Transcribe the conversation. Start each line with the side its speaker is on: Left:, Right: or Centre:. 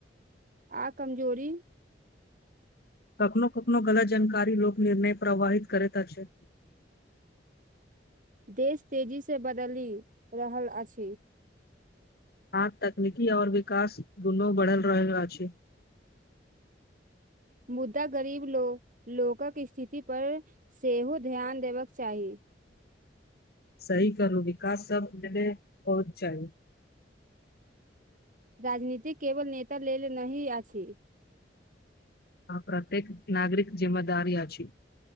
Right: आ कमजोरी।
Left: कखनो कखनो गलत जानकारी लोक निर्णय प्रवहित करेता छै।
Right: देश तेजीसँ बदलि रहल अछि।
Left: आ तकनीकी आओर विकास दुनू बढ़ल रहल अछि।
Right: मुदा गरीब लोकक स्थिति परर सेहो ध्यान देबाक चाही।
Left: सही करू विकास सब हने होहुत चाही
Right: राजनीति केवल नेता लेल नहिी अछि।
Left: आ प्रत्येक नागरिक जिम्मेदारी अछि।